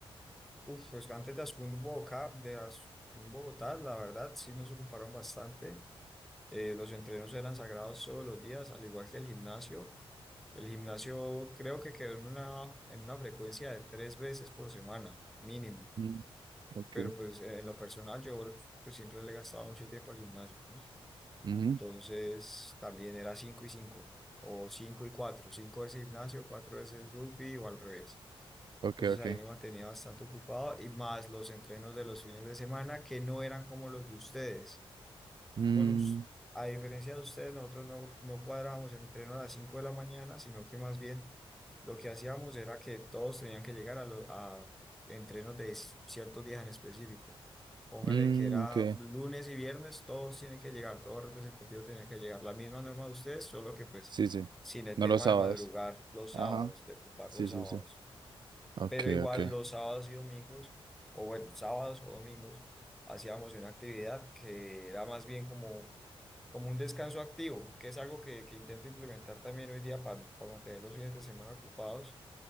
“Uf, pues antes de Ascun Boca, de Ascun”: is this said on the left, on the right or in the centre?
Centre